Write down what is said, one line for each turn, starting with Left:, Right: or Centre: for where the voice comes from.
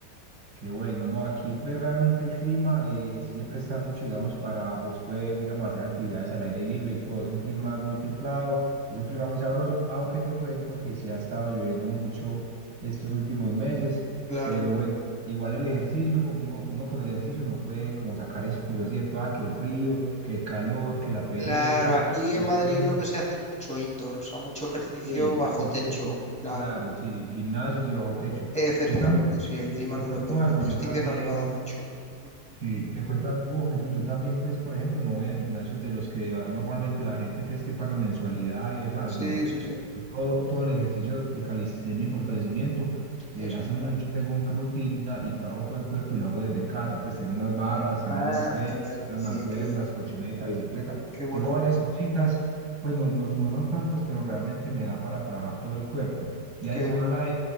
Right: Qué bueno, no, aquí pues realmente el clima eh, sí se presta mucho, digamos, para vos poder, digamos, hacer actividades al aire libre y todo. Es un clima muy templado, es un clima muy sabroso, aunque te cuento que sí ha estado lloviendo mucho estos últimos meses,
Centre: Claro.
Right: pero bueno, igual el ejercicio, uno, uno con el ejercicio no puede como sacar excusas, ¿cierto? Ah, que el frío, que el calor, que la pereza,
Centre: Claro, aquí en
Right: el
Centre: Madrid
Right: sueño.
Centre: lo que se hace es mucho indoor, o sea, mucho ejercicio
Right: Sí,
Centre: bajo
Right: mucho
Centre: techo,
Right: ejercicio,
Centre: claro.
Right: claro, sí, gimnasios y bajo techo.
Centre: Efectivamente,
Right: Yo también,
Centre: sí, el clima
Right: te
Centre: no
Right: cuento
Centre: lo permite.
Right: algo, yo
Centre: Este
Right: también
Centre: invierno ha nevado mucho. Mm.
Right: Sí, te cuento algo, Jesús. Yo también, pues, por ejemplo, no voy a gimnasios de los que va normalmente la gente, pues, que paga mensualidad y demás.
Centre: Sí,
Right: No,
Centre: sí, sí,
Right: Yo todo, todo el ejercicio de calistenia y fortalecimiento.
Centre: es
Right: eh, hace
Centre: en Cádiz.
Right: mucho tengo una rutina y trabajo todo el cuerpo y lo hago desde casa. Pues tengo unas barras, tengo
Centre: Ah,
Right: unas pesas,
Centre: genial,
Right: unas
Centre: qué
Right: mancuernas,
Centre: bien, qué bien,
Right: colchoneta, bicicleta.
Centre: qué bueno,
Right: Tengo varias cositas, pues no, no, no son tantas, pero realmente me da para trabajar todo el cuerpo. Y adicional
Centre: qué bueno.
Right: a